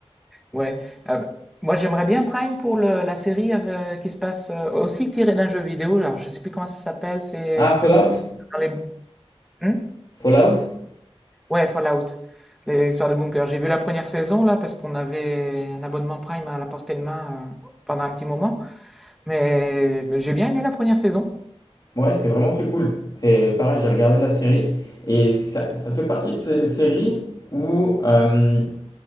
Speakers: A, in the centre; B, on the left.
A: Ouais. Ah bah, moi, j'aimerais bien Prime pour le- la série avec- qui se passe euh, aussi tirée d'un jeu vidéo. Alors, je sais plus comment ça s'appelle. C'est
B: Ah, Fallout?
A: ça. se- dans les... Hmm
B: Fallout?
A: Ouais, Fallout, l'histoire de Bunker. J'ai vu la première saison, là, parce qu'on avait un abonnement Prime à la portée de main euh, pendant un petit moment. Mais, mais j'ai bien aimé la première saison.
B: Ouais, c'était vraiment très cool. C'est pareil, j'ai regardé la série et ça, ça fait partie de ces séries où euh,